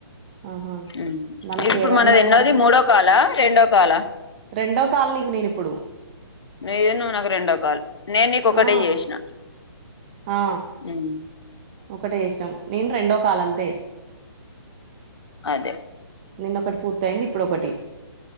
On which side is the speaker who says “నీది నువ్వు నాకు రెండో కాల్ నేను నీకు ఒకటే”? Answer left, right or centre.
Left